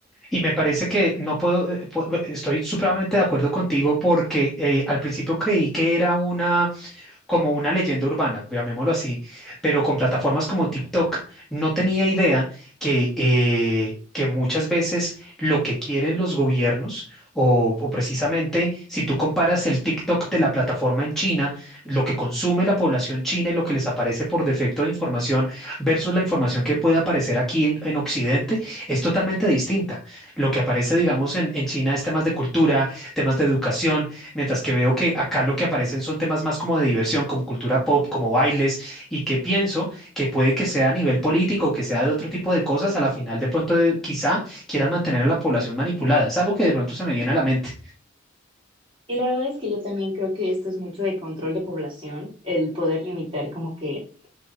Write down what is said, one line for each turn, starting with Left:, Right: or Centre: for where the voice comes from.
Centre: Y me parece que no puedo, eh, pu- estoy supremamente de acuerdo contigo porque eh, al principio creí que era una... como una leyenda urbana, llamémoslo así, pero con plataformas como TikTok no tenía idea que, eh, que muchas veces lo que quieren los gobiernos o, o precisamente si tú comparas el TikTok de la plataforma en China, lo que consume la población china y lo que les aparece por defecto de información versus la información que puede aparecer aquí en, en Occidente es totalmente distinta. Lo que aparece, digamos, en, en China es temas de cultura, temas de educación mientras que veo que acá lo que aparecen son temas más como de diversión, como cultura pop, como bailes, y que pienso que puede que sea a nivel político o que sea de otro tipo de cosas, a la final de pronto eh, quizá quieran mantener a la población manipulada. Es algo que de pronto se me viene a la mente.
Right: Y la verdad es que yo también creo que esto es mucho de control de población, el poder limitar como que